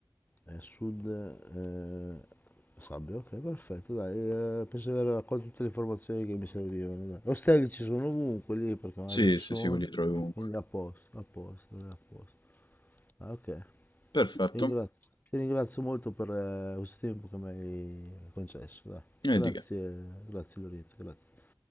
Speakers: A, on the left (about 25°); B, on the left (about 90°).
A: Eh, sud, eh, Sabbia, ok, perfetto, dai, eh, penso di aver raccolto tutte le informazioni che mi servivano. Dai. Ostelli ci sono ovunque lì, perché magari
B: Sì,
A: ci
B: sì,
A: sono,
B: sì, quelli li trovi ovunque.
A: quindi a posto, a posto, dai, a posto. Ah, ok,
B: Perfetto,
A: ti ringrazio, ti ringrazio molto per eh, questo tempo che mi hai concesso, dai.
B: e
A: Grazie,
B: di che.
A: grazie Lorenzo, grazie.